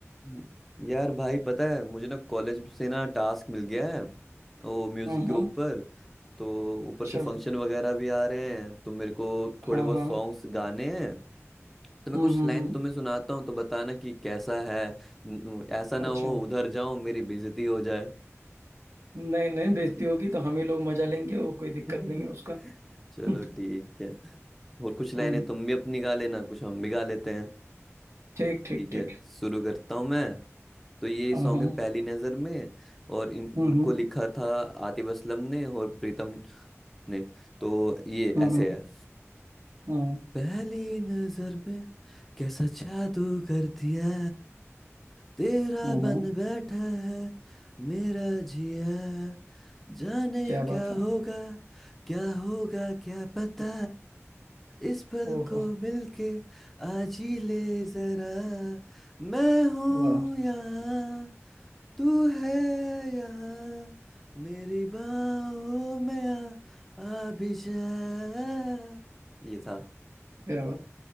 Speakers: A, in the centre; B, on the right.
A: हम्म। यार भाई पता है मुझे ना कॉलेज से ना टास्क मिल गया है वो म्यूजिक
B: हम्म
A: के ऊपर तो ऊपर
B: अच्छा
A: से फंक्शन वगैरह भी आ रहे हैं तो मेरे को
B: हाँ
A: थोड़े बहुत
B: हाँ
A: सॉन्ग्स गाने हैं तो मैं
B: हम्म
A: कुछ
B: हम्म
A: लाइन
B: हम्म
A: तुम्हें सुनाता हूँ तो बताना कि कैसा है न- ऐसा ना
B: अच्छा
A: हो उधर जाऊं मेरी बेइज्जती हो जाए
B: नहीं नहीं बेइज्जती
A: ठीक
B: होगी तो हम ही लोग मजा लेंगे वो कोई दिक्कत
A: है।
B: नहीं है उसका
A: <laughs> चलो
B: हम्म
A: ठीक है और कुछ लाइनें
B: हम्म,
A: तुम भी अपनी गा लेना कुछ हम भी गा लेते हैं
B: ठीक ठीक
A: ठीक
B: ठीक
A: है शुरू करता हूँ मैं तो ये
B: हाँ
A: सॉन्ग
B: हाँ
A: है पहली नजर में और इन इनको
B: हम्म हम्म
A: लिखा था आतिफ असलम ने और प्रीतम ने तो ये
B: हम्म
A: ऐसे है
B: हम्म
A: पहली नजर में कैसा जादू कर दिया तेरा
B: हम्म,
A: बन बैठा है मेरा जिया जाने
B: क्या
A: क्या
B: बात है
A: होगा क्या होगा क्या पता इस पल
B: ओहो
A: को मिलके आज ही ले जरा मैं हूं
B: वाह
A: यहाँ तू है यहाँ मेरी बाहों में आ, आ भी जा ये था
B: क्या बात